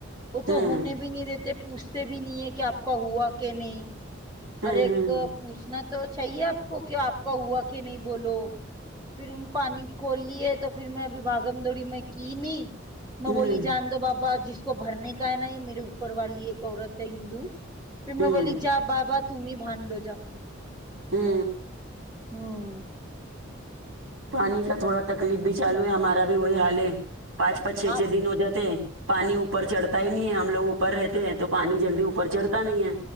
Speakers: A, on the right; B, on the right.
A: وہ تو
B: ہوں
A: ہونے بھی نہیں دیتے پوچھتے بھی نہیں ہے کہ آپ کا ہوا کہ نہیں
B: ہوں ہوں
A: ہر ایک کو اب پوچھنا تو چاہیے آپ کو کہ آپ کا ہوا کہ نہیں بولو پھر ان پانی کھول لیے تو پھر میں ابھی بھاگم دوڑی میں کی نہیں میں
B: ہوں
A: بولی جان دو بابا جس کو بھرنے کا ہے نا یہ میرے اوپر والی ایک عورت ہے ہندو پھر
B: ہوں
A: میں بولی جا بابا تممی بھان لو جاکے
B: کے
A: ہوں
B: پانی کا تھوڑا تکلیف بھی چالو ہے ہمارا بھی وہی حال ہے پانچ پانچ چھ
A: آپ
B: چھ دن ہو جاتے ہیں پانی اوپر چڑھتا ہی نہیں ہے ہم لوگ اوپر رہتے ہیں تو پانی جلدی اوپر چڑھتا نہیں ہے